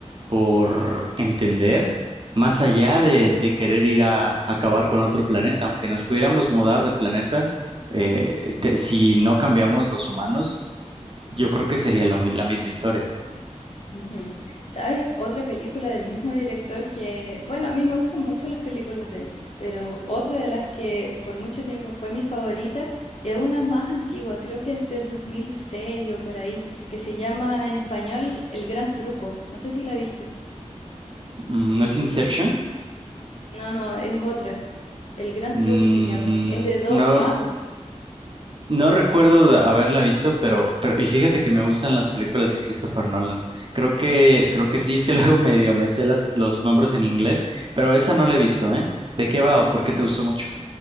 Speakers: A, on the right; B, on the left.
A: por entender, más allá de, de querer ir a, acabar con otro planeta, aunque nos pudiéramos mudar de planeta, eh, te- si no cambiamos los humanos, yo creo que sería lo mi- la misma historia.
B: Ujú. ¿Sabes? Otra película del mismo director que, bueno, a mí me gustan mucho las películas de él, pero otra de las que por mucho tiempo fue mi favorita es una más antigua, creo que es del 2006 o por ahí, que se llama en español El Gran Truco. No sé si la viste.
A: Mm, ¿No es Inception?
B: No, no, es otra. El Gran
A: Mm,
B: Truco se llama. Es de dos
A: no,
B: magos.
A: no recuerdo de haberla visto, pero, pero, y fíjate que me gustan las películas de Christopher Nolan. Creo que, creo que sí, es que <laughs> luego medio me sé las- los nombres en inglés, pero esa no la he visto, ¿eh? ¿De qué va o por qué te gustó mucho?